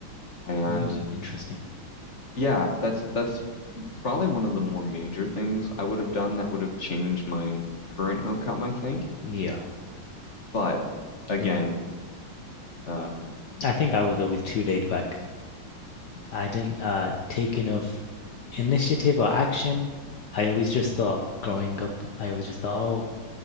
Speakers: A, on the left; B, on the left.
A: And
B: Mm, interesting.
A: yeah, that's that's probably one of the more major things I would have done that would have changed my current outcome, I think.
B: Yeah.
A: But again,
B: Okay.
A: Uh,
B: I think I was always too laid back. I didn't uh take enough initiative or action. I always just thought growing up, I always just thought, oh,